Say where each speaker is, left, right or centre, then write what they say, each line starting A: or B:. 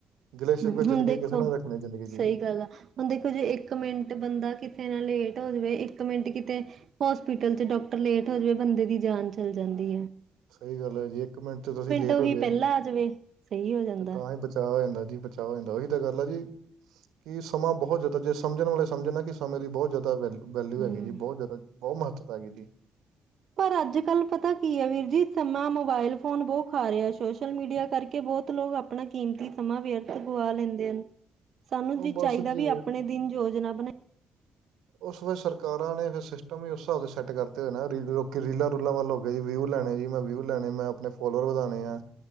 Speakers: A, on the right (about 80°); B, on the right (about 55°).
A: ਗਿੱਲੇ ਸ਼ਿਕਵੇ
B: ਹਮ ਹੁਣ
A: ਜ਼ਿੰਦਗੀ
B: ਦੇਖੋ
A: ਕਿਸੇ ਨਾਲ ਰੱਖਣੀ ਜ਼ਿੰਦਗੀ ਜ
B: <unintelligible> ਹੁਣ ਦੇਖੋ ਜੀ ਇੱਕ ਮਿੰਟ ਬੰਦਾ ਕਿਥੇ ਨਾਲ ਲੇਟ ਹੋ ਜਾਵੇ ਇੱਕ ਮਿੰਟ ਕਿਤੇ ਹੋਸਪੀਟਲ ਚ ਡਾਕਟਰ ਲੇਟ ਹੋ ਜਾਵੇ ਬੰਦੇ ਦੀ ਜਾਨ ਚੱਲ ਜਾਂਦੀ ਐ।
A: ਸਹੀ ਗੱਲ ਐ ਜੀ ਇੱਕ ਮਿੰਟ ਚ ਤੁਸੀਂ ਲੇਟ
B: ਉਹੀ
A: ਹੋ ਜੇ,
B: ਪਹਿਲਾਂ ਆ ਜਾਵੇ ਸਹੀ ਹੋ ਜਾਂਦਾ
A: ਤੇ ਤਾਂ ਹੀ ਬਚਾ ਹੋ ਜਾਂਦਾ ਜੀ ਬਚਾ ਹੋ ਜਾਂਦਾ ਉਹੀ ਤਾਂ ਗੱਲ ਐ ਜੀ। ਕਿ ਸਮਾਂ ਬਹੁਤ ਜ਼ਿਆਦਾ ਜੇ ਸਮਝਣ ਵਾਲੇ ਸਮਝਣਾ ਕਿ ਸਮੇਂ ਦੀ ਬੋਤ ਜ਼ਿਆਦਾ ਵੈਲ ਗੱਲ
B: ਹਮ
A: ਹੈਗੀ ਐ ਜੀ ਬੋਤ ਜ਼ਿਆਦਾ ਬਹੁਤ ਮਹੱਤਤਾ ਹੈਗੀ ਜੀ।
B: ਪਰ ਅੱਜ ਕੱਲ ਪਤਾ ਕੀ ਐ ਵੀਰ ਜੀ ਸਮਾਂ ਮੋਬਾਇਲ ਫੋਨ ਬੋ ਖਾ ਰਿਹਾ ਸੋਸ਼ਲ ਮੀਡੀਆ ਕਰਕੇ ਬੋਤ ਲੋਕ ਆਪਣਾ ਕੀਮਤੀ ਸਮਾਂ ਵਿਅਰਥ ਗੁਆ ਲੈਂਦੇ ਨੇ ਸਾਨੂੰ
A: ਉਹ
B: ਵੀ ਚਾਹੀਦਾ
A: ਬਸ ਜੇ
B: ਵੀ ਆਪਣੇ ਤਿੰਨ ਯੋਜਨਾ ਆਪਣਾ
A: ਉਸ ਵੇ ਸਰਕਾਰਾਂ ਨੇ ਫਿਰ ਸਿਸਟਮ ਈ ਉਸ ਹਿਸਾਬ ਦੇ ਸੈੱਟ ਕਰਤੇ ਹੋਏ ਨੇ ਰ ਰੀਲਾਂ ਰੂਲਾਂ ਵੱਲ ਵਿਊ ਲੈਣੇ ਜੀ ਮੈ ਵਿਊ ਲੈਣੇ ਮੈਂ ਆਪਣੇ ਫੋਲੋਅਰ ਵਧਾਣੇ ਆ।